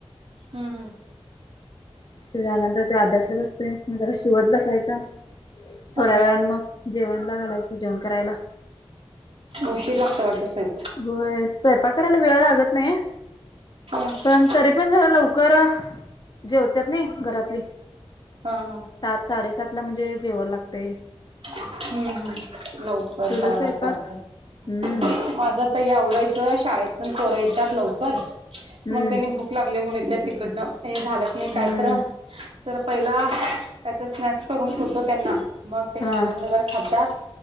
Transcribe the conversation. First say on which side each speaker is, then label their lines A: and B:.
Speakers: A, on the right; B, on the left.
A: हम्म हम्म
B: त्यानंतर तो अभ्यासला बसतोय. मग जरा शिवत बसायच, थोड्या
A: हा
B: वेळान मग जेवणला घालायचं, जेवण करायला.
A: उशीर लागंत वाटत स्वयं
B: होय, स्वयंपाक करायला वेळ लागत नाही.
A: हा हा
B: पण तरी पण जरा लव कर जेवत्यातनी घरातली.
A: हां हां.
B: सात साडेसात ला म्हणजे जेवाय लागतंय.
A: हम्. हम. लवकर
B: तुझा
A: कराय
B: स्वयंपाक
A: लागत वाटत,
B: हम्म
A: माझं तै आवरायचं शाळेतून पण पोरं येतात लवकर,
B: हम्म
A: मग त्यानी भूक लागले मुल येत्यात तिकडनं हे, झालं कणी काय
B: हम्म
A: तर, तर पहिला काय तर स्नॅक्स करून ठेवतो. त्यांना मग त्यांनी
B: हा
A: आलं. तवर खात्यात.